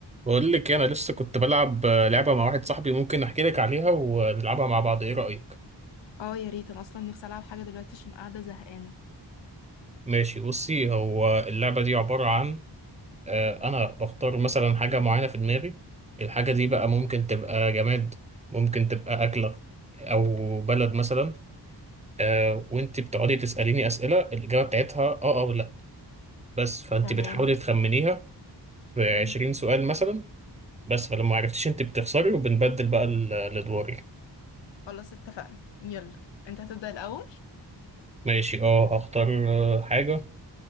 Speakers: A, on the right (about 15°); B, on the left (about 80°).
A: بقول لك إيه، انا لسه كنت بلعب آه، لعبه مع واحد صاحبي ممكن احكي لك عليها ونلعبها مع بعض ايه رايك
B: اه يا ريت انا اصلا نفسي العب حاجه دلوقتي عشان قاعده زهقانه
A: ماشي بصي هو اللعبه دي عباره عن آه، انا بختار مثلا حاجه معينه في دماغي الحاجه دي بقى ممكن تبقى جماد ممكن تبقى اكله او بلد مثلا آه، وانت بتقعدي تساليني اسئله الاجابه بتاعتها اه او لا بس فانت
B: تمام
A: بتحاولي تخمنيها في
B: مم.
A: 20 سؤال مثلا بس فلما عرفتيش انت بتخسري وبنبدل بقى ال- الادوار يعني.
B: خلاص اتفقنا يلا انت هتبدا الاول
A: ماشي اه هختار آه، حاجه